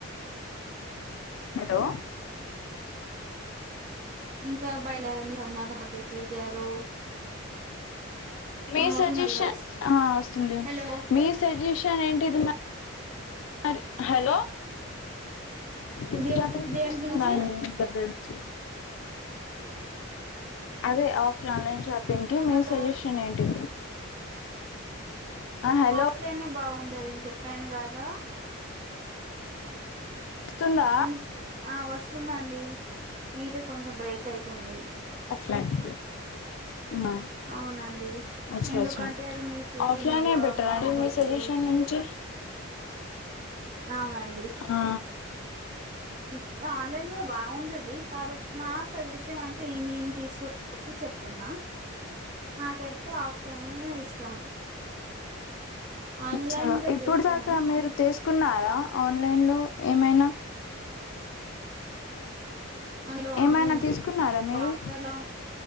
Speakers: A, on the left; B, on the right.
A: హలో
B: ఇంకా బయలుదేరారండి అమ్మ హాలిడే తిరిగారు
A: మీ
B: ఆ వస్తుందండి
A: సజెషన్ఆ
B: వాయిస్
A: వస్తుంది
B: హలో
A: మీ సజెషన్ ఏంటిది మరి మరి హలో డిస్టర్బెన్స్
B: దేని గు దేని
A: వస్తుంది
B: గురించి
A: అండి డిస్టర్బెన్స్ అదే ఆఫ్ న్లైన్ షాపింగ్ కి మీ
B: హలో
A: సజెషన్ ఏంటి ఆ హలో
B: ఆఫ్లైన్ బాగుండది అని చెప్పాను కదా
A: వస్తుందా
B: విన్ ఆ వస్తుందండి మీదే కొంచెం బ్రేక్ అయితుంది
A: లైక్ ఆ
B: అవునండి
A: అచ్చ
B: ఎందుకంటే
A: అచ్చ
B: అది మీరు చూసినా
A: ఆఫ్లైన్
B: కూడా
A: బెటర్
B: ముట్టుకోవచ్చు
A: అండి మీ సజెషన్ ఏంటి
B: అవునండి
A: ఆ
B: అంటే ఆన్లైన్ కూడా బాగుంటది ది కాబట్టి నా సజెషన్ అంటే నీను తీసుకునే దాన్ని బట్టి చెప్తున్నా నాకైతే ఆఫ్లైన్ ఇష్టం ఆన్లైన్
A: అచ్చా
B: కూడా
A: ఇప్పుడు
B: చేస్తా
A: దాకా
B: గాని
A: మీరు తీసుకున్నారా ఆన్లైన్ లో ఏమైనా
B: అందులో అవునండి
A: ఏమైనా తీసుకున్నారా
B: ఓ
A: మీరు
B: ఆఫర్లో